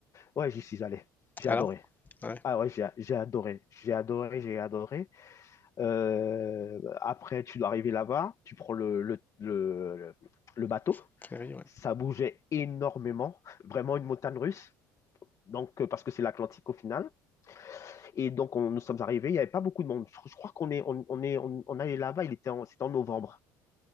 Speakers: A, on the left; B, on the left.
A: Ouais, j'y suis allé. J'ai
B: Alors?
A: adoré.
B: Ouais,
A: Ah ouais, j'ai j'ai adoré. J'ai adoré, j'ai adoré. Euh, après, tu dois arriver là-bas, tu prends le, le, le, le- le bateau.
B: le f- ferry, ouais.
A: Ça bougeait énormément, vraiment une montagne russe. Donc, euh, parce que c'est l'Atlantique au final. Et donc, on- nous sommes arrivés, il n'y avait pas beaucoup de monde. Je, je crois qu'on est, on, on est, on, on allait là-bas, il était en, c'était en novembre.